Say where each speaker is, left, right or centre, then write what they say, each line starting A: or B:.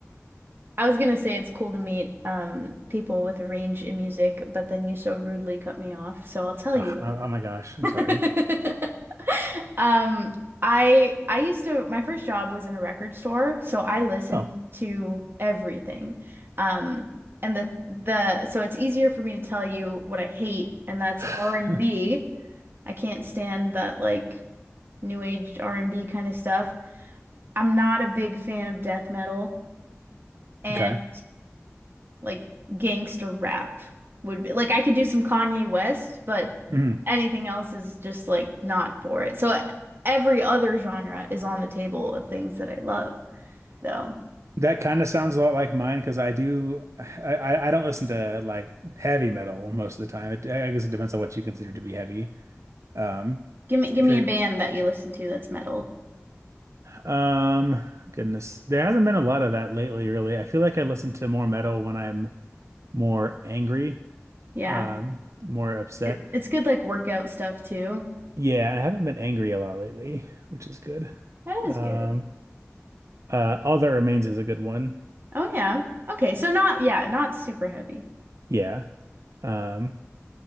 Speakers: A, on the right; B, on the right.
A: I was gonna say it's cool to meet um people with range in music, but then you so rudely cut me off. So I'll tell
B: Ah,
A: you.
B: oh, oh my gosh, I'm
A: <laughs>
B: sorry.
A: Um, I I used to my first job was in a record store, so I listened
B: Oh,
A: to everything. Um, and the the so it's easier for me to tell you what I hate, and that's
B: <sighs>
A: r and B. I can't stand that like new age R&B kind of stuff. I'm not a big fan of death metal, and
B: okay.
A: like gangster rap would be. Like I could do some Kanye West, but
B: Mhm.
A: anything else is just like not for it. So every other genre is on the table of things that I love, though.
B: That kind of sounds a lot like mine because I do I, I I don't listen to like heavy metal most of the time. It, I guess it depends on what you consider to be heavy. Um,
A: Give me
B: if
A: give me
B: it
A: a band that you listen to that's metal.
B: um goodness, there hasn't been a lot of that lately, really. I feel like I listen to more metal when I'm more angry.
A: Yeah.
B: um, more upset.
A: It, it's good like workout stuff too.
B: Yeah, and I haven't been angry a lot lately, which is good.
A: That is
B: Um,
A: good.
B: uh, All That Remains is a good one.
A: Oh yeah. Okay, so not yeah, not super heavy.
B: Yeah. Um,